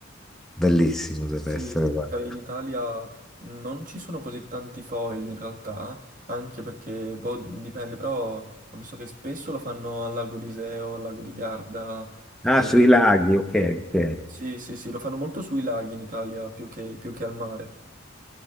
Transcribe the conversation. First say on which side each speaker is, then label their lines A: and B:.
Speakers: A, in the centre; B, on the right.
A: Bellissimo deve
B: Sì,
A: essere, guarda.
B: cioè in Italia non ci sono così tanti foil in realtà, anche perché boh, dipende, però ho visto che spesso lo fanno al lago di Seo, al lago di Garda, e-
A: Ah, sui laghi, ok, ok.
B: sì, sì, sì, lo fanno molto sui laghi in Italia più che, più che al mare.